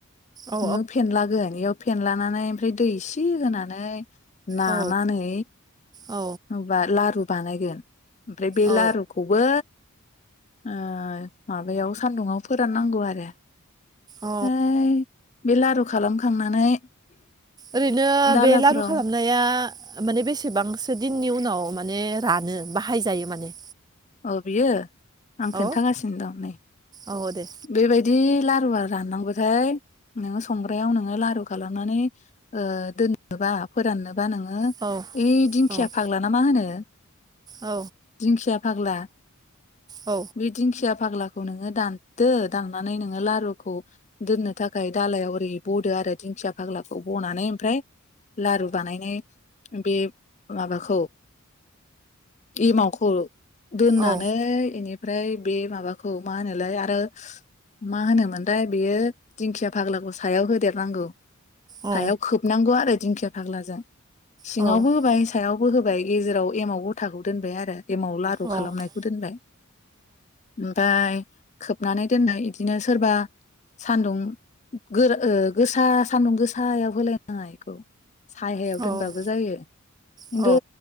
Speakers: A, on the right (about 20°); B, on the left (about 35°).
A: औ
B: नोंङो फेनलागोन बेयाव फेनलानानै ओमफ्राय दै इसि होनानै नानानै
A: औ औ
B: मबा लारु बानायगोन ओमफ्राय बे
A: औ
B: लारुखौबो ओ माबायाव सान्दुंङाव फोराननांगौ आरो ओफ्राय
A: औ
B: बे लारु खालामखांनानै
A: ओरैनो
B: दालाफोराव
A: बे लारु खालामनाया माने बेसेबांसो दिननि उनाव माने रानो? बाहायजायो माने?
B: अ बियो? आं खोन्थागासिनो
A: औ
B: दं नै
A: औ दे
B: बेबायदि ला लारुआ राननांगौथाय नो संग्रायाव नोंङो लारु खालामनानै ओ दोनबा फोरानो बा नोंङो
A: औ
B: ओइ दिंखिया
A: औ
B: फाग्ला ना मा होनो
A: औ
B: दिंखिया फाग्ला
A: औ
B: बे दिंखिया फाग्ला खौ नोंङो दानदो दाननानै नोंङो लारुखौ दोननो थाखाय दालायाव ओरै बदो आरो दिंखिया फाग्लाखौ बनानै ओमफ्राय लारु बानायनाय बे माबाखौ एमावखौ दोननानै
A: औ
B: इनिफ्राय बे माबाखौ खौ मा होनोलाय आरो मा होनोमोनलाय बेयो दिंखिया फाग्लाखौ सायाव होदेरनांगौ
A: औ
B: सायाव खोबनांगौ आरो दिंखिया फाग्लाजों। सिङावबो
A: औ
B: होबाय सायाव बो होबाय गेजेराव एमाव गथाखौ दोनबाय आरो एमावार लारु फथ'
A: औ
B: खालामनायखौ दोनबाय ओमफ्राय खोबनानै दोननाय बिदिनो सोरबा सानदुं गो गोसा सानदुं गोसायाव होलायनाङा इखौ। सायायाव दोनबाबो
A: औ औ
B: जायो खिन्थु
A: औ